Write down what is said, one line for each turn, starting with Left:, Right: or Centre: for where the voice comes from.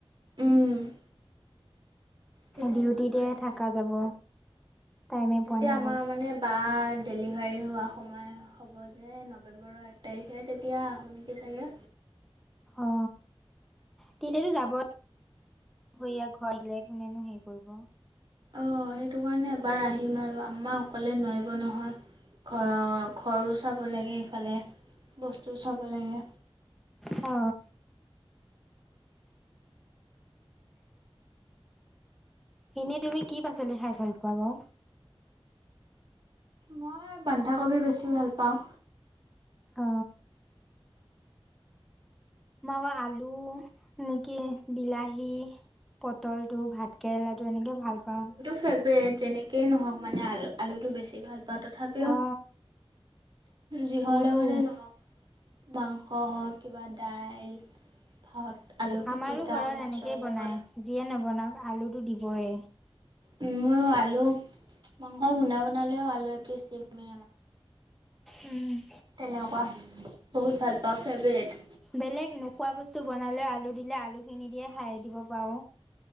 Right: উম তেতিয়া
Centre: ডিউটিতে
Right: আহিব নোৱাৰিম
Centre: থাকা যাব টাইমে
Right: উম তেতিয়া
Centre: পোৱা নাযায়
Right: আমাৰ মানে বা ডেলিভাৰী হোৱা সময় হ'ব হ'ব যে নৱেম্বৰৰ এক তাৰিখে তেতিয়া আহোঁ নেকি চাগে
Centre: অ তেতিয়াতো যাব সৰয়া ঘৰ দিলে কোনেনো হেৰি কৰিব
Right: অঁ সেইটো কাৰণে এবাৰ আহিম আৰু আমা অকলে নোৱাৰিব নহয় ঘৰৰ ঘৰো চাব লাগে ইফালে বস্তু চাব লাগে
Centre: অ এনেই তুমি কি পাচলি খাই ভাল পোৱা বাও
Right: মই বন্ধাকবি বেছি ভাল পাওঁ
Centre: অ, মাৰা আলু নেকি বিলাহী পটল টো ভাত কেৰেলাটো এনেকে ভাল পাওঁ।
Right: ফেভট যেনেক নক মানে আলুটো বেছি ভাল বা তথাপিও
Centre: অ
Right: যিহৰ
Centre: মোৰো
Right: লগতে নহওক, মাংস হওক কিবা দাইল, ভাত আলু পিটিকা
Centre: আমাৰো ঘৰত
Right: মাছৰ
Centre: এনেকেই
Right: লগত
Centre: বনাই যিয়ে নবনাওক আলুটো দিবই।
Right: উ, ময়ো আলু মাংস বুধা বনালেও আলু এপিচ দিমে।
Centre: উম,
Right: তেনেকুৱা বহুত ভাল পাওঁ ফেভৰেট।
Centre: বেলেগ নোখোৱা বস্তু বনালে আলু দিলে আলু খিনি দিয়ে খাই দিব পাৰো।